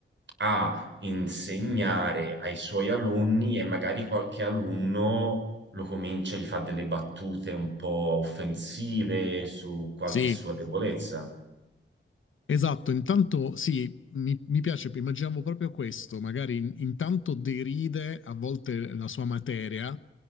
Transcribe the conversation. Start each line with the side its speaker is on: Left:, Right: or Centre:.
Right: a insegnare ai suoi alunni e magari qualche alunno lo comincia, gli fa delle battute un po' offensive su qualche
Left: sì.
Right: sua debolezza.
Left: Esatto, intanto sì, mi, mi piace, immaginavo proprio questo, magari in- intanto deride a volte la sua materia,